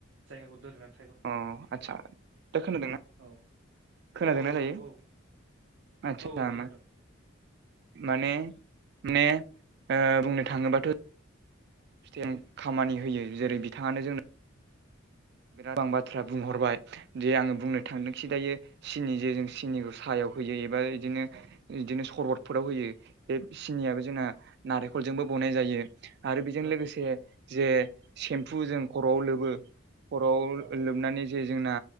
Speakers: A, on the right; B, on the right.
A: जायगाखौ दोरनानै
B: अ आदसा दा खोनादोंना?
A: औ औ
B: खोनादोंना
A: औ
B: दायो
A: औ औ
B: आदसा
A: औ औ खोनादों।
B: माने माने बुंनो थांङोबाथ' फिथथाय खामानि होयो जेरै बिथांङानो जोंनो गोबां बाथ्रा बुंहरबाय दे आंङो बुंनो थांदोंसि दायो सिनि जे जों सिनिखौ साहायाव होयो एबा बिदिनो
A: औ
B: बिदिनो सरबतफोराव होयो बे सिनियाबो
A: उम
B: जोंना नारेखलजोंबो बनाय जायो आरो बिजों
A: औ
B: लोगोसे जे सेम्फु जों खर'आव लोबो खर'आव
A: औ
B: लोबनानै जे जोंना